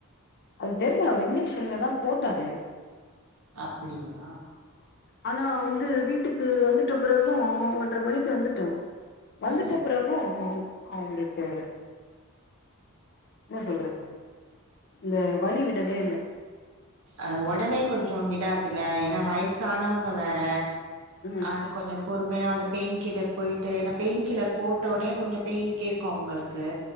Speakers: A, on the left; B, on the right.
A: அது தெரியல அவர் இன்ஜெக்ஷன்ல தான் போட்டரு
B: அப்டியா
A: ஆனா வந்து வீட்டுக்கு வந்துட்ட பிறகு ஒன்ற மணிக்கு வந்துட்டோ வந்துட்ட
B: ம்
A: பிறகு அவங்களுக்கு என்ன சொல்றது இந்த வழி விடவே இல்ல
B: அது ஒடனே கொஞ்சோ விடாதுல ஏன்னா வயசானவங்க வேற
A: ம்
B: அது கொஞ்சோ பொறும் உண்மையா அந்த பெயின் கில்லர் போயிட்டு ஏன்னா பெயின் கில்லர் போட்டோனே கொஞ்சோ பெயின் கேக்கு அவங்களுக்கு